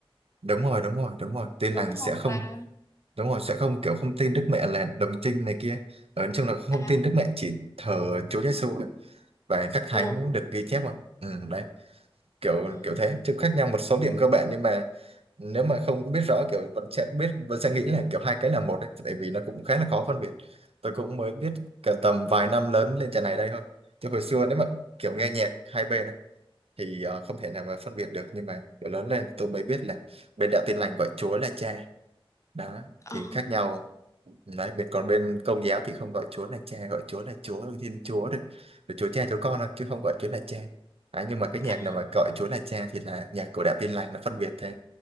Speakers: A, on the right; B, on the left.
A: đúng rồi đúng rồi đúng rồi tin lành
B: đúng
A: sẽ
B: không
A: không
B: ta
A: đúng rồi sẽ không kiểu không tin Đức Mẹ là đồng trinh này kia ở trong là không
B: à
A: tin Đức Mẹ chỉ thờ Chúa Giêsu thôi. và các thánh
B: ừ ừ
A: được ghi chép rồi ừ, đấy kiểu
B: ừ.
A: kiểu thế chứ khác nhau một số điểm cơ bản nhưng mà nếu mà không có biết rõ kiểu vẫn sẽ biết vẫn sẽ nghĩ là kiểu hai cái là một đấy tại vì nó cũng khá là khó phân biệt tôi cũng mới biết cả tầm vài năm lớn lên trận này đây thôi chứ hồi xưa nếu mà kiểu nghe nhạc hai bên ấy, thì ờ, không thể nào mà phân biệt được nhưng mà kiểu lớn lên tôi mới biết là bên đạo tin lành gọi Chúa là cha đó
B: Ờ.
A: thì khác nhau đấy bên còn bên công giáo thì không gọi Chúa là cha gọi Chúa là Chúa Thiên Chúa thôi, rồi Chúa cha Chúa con thôi chứ không gọi Chúa là cha đấy, nhưng mà cái nhạc
B: à.
A: nào mà gọi Chúa là cha thì là nhạc của đạo Tin lành nó phân biệt thế